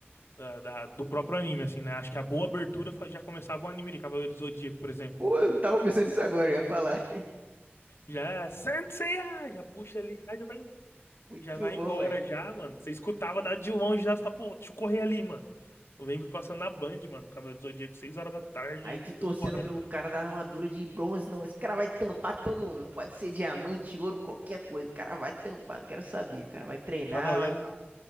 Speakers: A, on the left; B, on the right.
A: da- da- do próprio anime, assim, né? Acho que a boa abertura fa- já começava o anime ali, Cavaleiro do Zodíaco, por exemplo.
B: Pô, eu tava pensando nisso agora, eu ia falar. <laughs>
A: Já, é Saint Seiya! Já puxa ali, já, já vai
B: Muito
A: Já vai
B: bom,
A: embora,
B: velho.
A: já, mano. Você escutava da de longe, já, você fala, pô, deixa eu correr ali, mano. Eu lembro passando na Band, mano, Cavaleiro do Zodíaco, 6 horas da tarde,
B: Aí
A: eu,
B: tu torcendo
A: eu correndo
B: pelo
A: pra
B: cara da armadura de bronze, não. Esse cara vai tampar todo mundo. Pode ser diamante, ouro, qualquer coisa. O cara vai tampar, não quero saber. O cara vai treinar,
A: Cavaleiro.
B: vai.